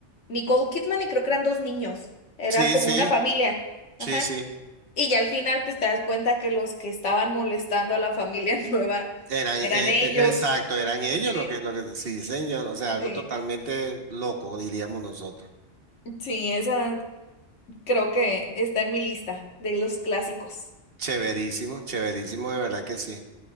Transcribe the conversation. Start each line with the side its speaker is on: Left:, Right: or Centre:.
Left: Nicole Kidman y creo que eran dos niños, era
Right: Sí,
Left: como
Right: sí,
Left: una familia,
Right: sí,
Left: ajá.
Right: sí.
Left: Y ya al final pues te das cuenta que los que estaban molestando a la familia <laughs> nueva
Right: Eran,
Left: eran
Right: eh,
Left: ellos.
Right: eh, exacto, eran ellos
Left: Sí,
Right: lo que, lo que, sí, señor, o sea, algo
Left: sí.
Right: totalmente loco, diríamos nosotros.
Left: Sí, esa Creo que está en mi lista de los clásicos.
Right: Chéverísimo, chéverísimo, de verdad que sí.